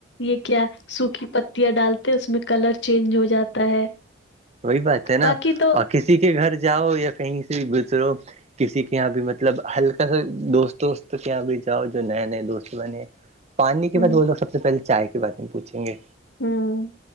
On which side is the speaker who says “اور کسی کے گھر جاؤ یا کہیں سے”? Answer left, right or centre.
Right